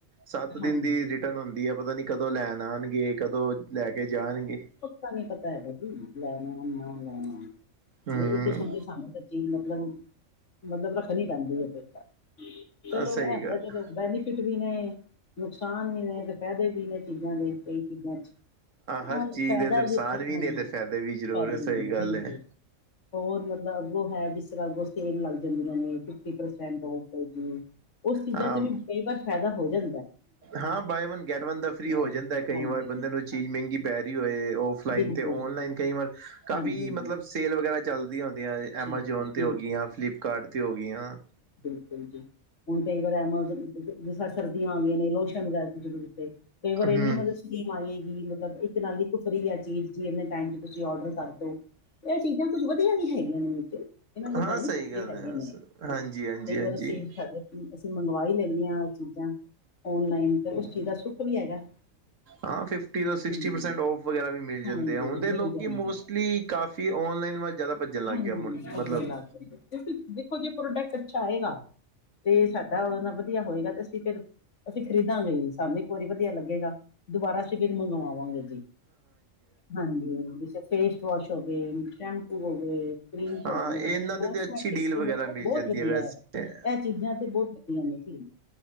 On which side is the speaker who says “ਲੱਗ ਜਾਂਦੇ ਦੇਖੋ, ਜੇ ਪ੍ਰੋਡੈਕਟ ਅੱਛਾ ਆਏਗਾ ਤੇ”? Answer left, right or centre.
Left